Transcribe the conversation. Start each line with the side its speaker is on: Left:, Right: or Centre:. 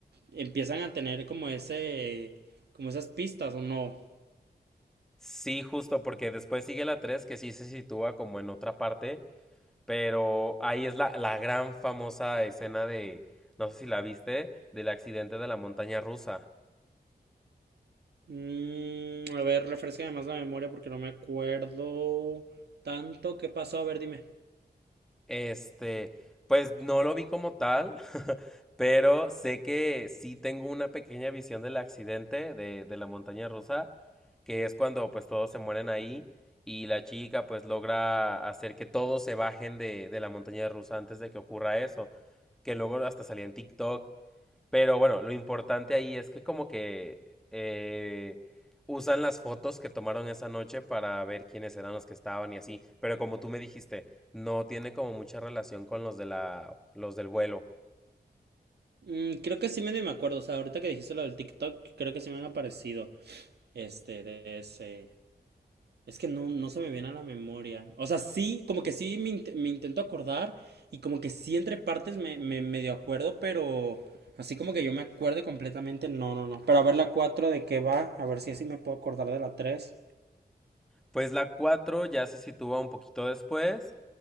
Right: empiezan a tener como ese, como esas pistas, ¿o no?
Centre: Sí, justo, porque después sigue la 3 que sí se sitúa como en otra parte, pero ahí es la, la gran famosa escena de, no sé si la viste, del accidente de la montaña rusa.
Right: Mm, a ver, refresca más la memoria porque no me acuerdo tanto qué pasó. A ver, dime.
Centre: Este, pues no lo vi como tal, <laughs> pero sé que sí tengo una pequeña visión del accidente de, de la montaña rusa, que es cuando pues todos se mueren ahí y la chica pues logra hacer que todos se bajen de, de la montaña rusa antes de que ocurra eso, que luego hasta salía en TikTok. Pero bueno, lo importante ahí es que como que eh, usan las fotos que tomaron esa noche para ver quiénes eran los que estaban y así. Pero como tú me dijiste, no tiene como mucha relación con los de la, los del vuelo.
Right: Mm, creo que sí medio me acuerdo. O sea, ahorita que dijiste lo del TikTok, creo que sí me han aparecido. Este, de ese. Es que no, no se me viene a la memoria. O sea, sí, como que sí me, int- me intento acordar. Y como que sí entre partes me, me medio acuerdo, pero así como que yo me acuerde completamente, no, no, no. Pero a ver la 4 de qué va, a ver si así me puedo acordar de la 3.
Centre: Pues la 4 ya se sitúa un poquito después.